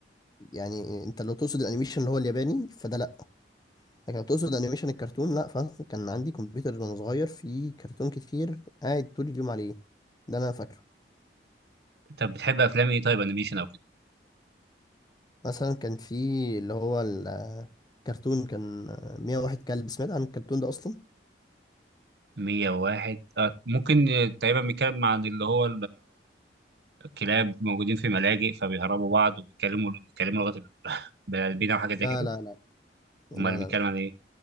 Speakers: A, on the left (about 20°); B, on the right (about 65°).
A: يعني انت لو تقصد الانيميشن اللي هو الياباني فده لا لكن لو تقصد انيميشن الكرتون لا فكان عندي كمبيوتر وانا صغير فيه كرتون كتير قاعد طول اليوم عليه ده انا فاكره
B: طب بتحب افلام ايه طيب انيميشن او كده
A: مثلا كان في اللي هو الكرتون كان آه، 101 كلب سمعت عن الكرتون ده اصلا
B: 101 آه ممكن آه، تقريبا بيتكلم عن اللي هو الكلاب موجودين في ملاجئ فبيهربوا بعض وبيتكلموا بيتكلموا لغه البلدين او حاجه <laughs> زي
A: لا
B: كده
A: لا لا لا
B: امال بيتكلم
A: لا لا
B: عن ايه